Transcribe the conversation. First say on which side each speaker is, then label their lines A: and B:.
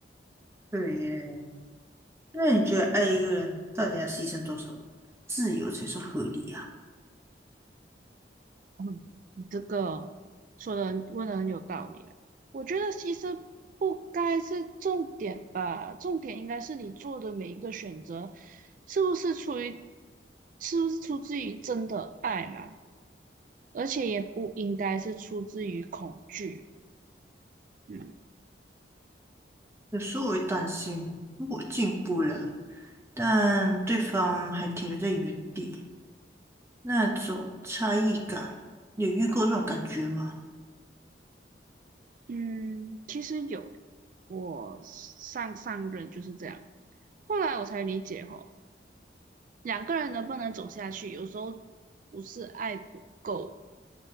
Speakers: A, on the right; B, on the right.
A: 对耶，那你觉得爱一个人到底要牺牲多少自由才算合理啊？
B: 嗯，你这个说的问的很有道理嘞。我觉得牺牲不该是重点吧，重点应该是你做的每一个选择，是不是出于，是不是出自于真的爱啦，而且也不应该是出自于恐惧。嗯
A: 有时候我会担心，如果进步了，但对方还停留在原地，那种差异感，你有遇过这种感觉吗？
B: 嗯，其实有欸我上上任就是这样，后来我才理解吼，两个人能不能走下去，有时候不是爱不够。